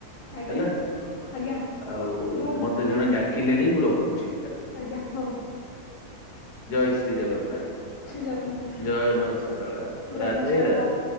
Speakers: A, on the left; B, on the left.
A: ଆଜ୍ଞା
B: ହେଲା?
A: ଆଜ୍ଞା
B: ଆଉ
A: ହଉ
B: ମତେ ଜଣେ ଡାକିଲେଣି ମୁଁ ରଖୁଚି।
A: ଆଜ୍ଞା ହୋଉ।
B: ଜୟେ ଶ୍ରୀଜଗନ୍ନାଥ।
A: ଜଗନ୍ନାଥ
B: ଜୟ ମାଆ ସାରଳା
A: ଜୟ
B: ରାଧେ
A: ମା ଶାରଳା।
B: ରାଧେ।